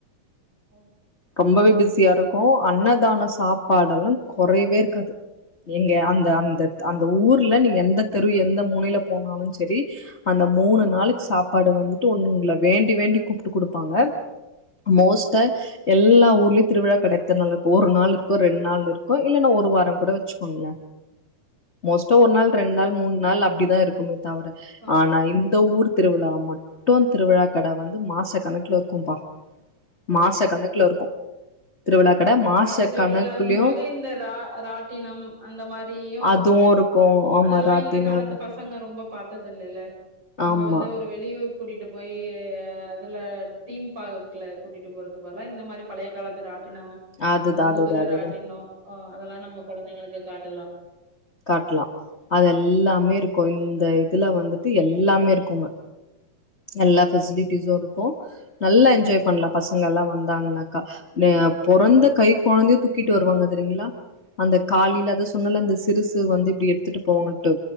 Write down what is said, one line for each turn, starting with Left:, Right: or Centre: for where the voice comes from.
Right: ஓ
Left: ரொம்பவே பிஸியாருக்கு அன்னதான சாப்பாடெல்லாந் கொறைவே இருக்காது நீங்க அந்த அந்தத் அந்த ஊர்ல நீங்க எந்தத் தெரு எந்த மூலைலப் போனாலு செரி அந்த மூனு நாளுக்கு சாப்பாடு வந்துட்டு ஒன்னுங்ள வேண்டி வேண்டி கூப்ட்டு குடுப்பாங்க மோஸ்ட்டா
Right: ஓ
Left: எல் எல்லா ஊர்லியுத் திருவிழாக் கட எத்தன் நாள் இருக்கு ஒரு நாள் இருக்கு ரெண் நாள் இருக்கு இல்லனா ஒரு வாரங் கூட வெச்சு கோங்ளே மோஸ்ட்டா ஒரு
Right: ஆமா
Left: நாள்
Right: தோழி
Left: ரெண் நாள் மூன் நாள் அப்டிதா இருக்குமேத் தவர
Right: ஆ
Left: ஆனா இந்த ஊர்த் திருவிழா மட்டுந் திருவிழாக் கட வந்து மாசக் கணக்ல இருக்கும்பா
Right: ஓ
Left: மாசக் கணக்ல இருக்கு திருவிழா கட மாச
Right: அ திருவிழாங்கம்
Left: கணக்குலயு
Right: போது இந்த ரா ராட்டினம் அந்த மாரியு
Left: அதுவு
Right: இருக்கு
Left: ஆமா
Right: அதெல்லா
Left: ராட்டின
Right: இந்த காலத்து பசங் பசங்க ரொம்ப பாத்தது இல்லல்ல நம்
Left: ஆமா
Right: வந்து ஒரு வெளியூர் கூட்டிட்டு போயி அதுல தீம்பார்க்ல கூட்டிட்டு போறது பதிலா இந்த மாரி பழைய காலத்து ராட்டினம்
Left: அதுதா
Right: அந்த
Left: அதுதா
Right: குதிர
Left: அதுதா
Right: ராட்டினம் அ அதெல்லா நம்ம கொழந்தைங்களுக்கு காட்டலா
Left: காட்டலா அது எல்லாமே
Right: ஆ
Left: இருக்கும் இந்த இதுல வந்துட்டு எல்லாமே இருக்குங்க எல்லா பெசிலிட்டிஸ்சும் இருக்கும் நல்லா என்ஜாய் பண்ணலாம் பசங்க எல்லா வந்தாங்கனாக்கா பொறந்த கை கொழந்தைய தூக்கிட்டு வருவாங்க தெரியுங்களா அந்த காலயில அதா சொன்னல்ல அந்த சிறுசு வந்து இப்டி எடுத்துட்டு போவாங்கன்ட்டு